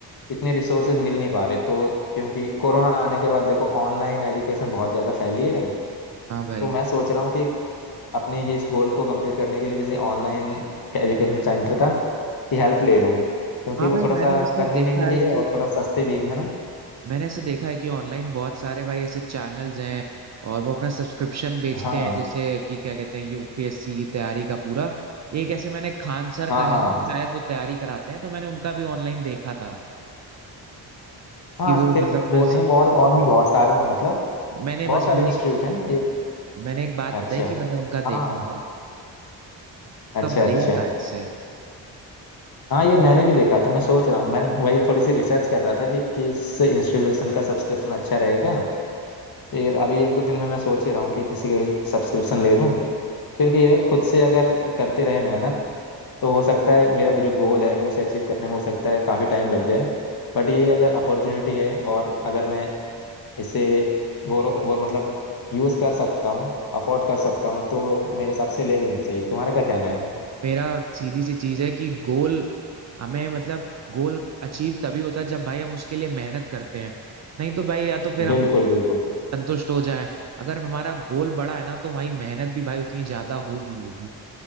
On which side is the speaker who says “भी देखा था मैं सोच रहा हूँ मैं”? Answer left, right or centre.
Left